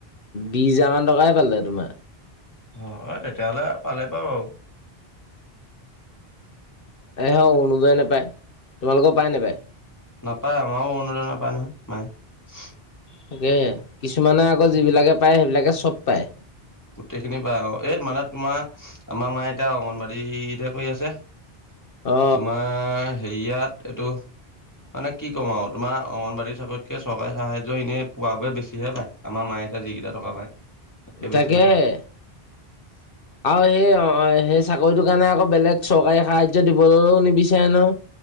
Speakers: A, on the left; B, on the left.
A: বিশ হোজাৰমানান টকাই পালে তোমাৰ
B: অ তেতিয়াহলে পালে বাৰু আৰু
A: এ হ অনুদয় নাপায় তোমালোকৰ পায় নাপায়
B: নাপায় আমাৰো অৰোণোদয় নাপায় নহয় মায়ে
A: তাকে কিছুমানে আকৌ যিবিলাকে পায় সেইবিলাকে চব পায়
B: গোটেইখিনি পাই অ এই মানে তোমাৰ আমাৰ মা এতয়া অংগনবাদীতহে কৰি আছে
A: অ
B: তোমাৰ হেৰিয়াত এইটো মানে কি ক'ম আৰু তোাৰংগনবাড়ী চাকৰিতকে চৰকাৰী সাহায্য এনেই পোৱ বোৰে বেছিহে পায় আমাৰ মায়ে যিকেইটা টকা পায় তাতকে বেছিহে
A: তাকেহে
B: পায়।
A: আৰু সেই অ সেই চাকৰিটোৰ কাৰণে আকৌ বেলেগ চৰকাৰে সাহায্য দিবলৈও নিবিচাৰে ন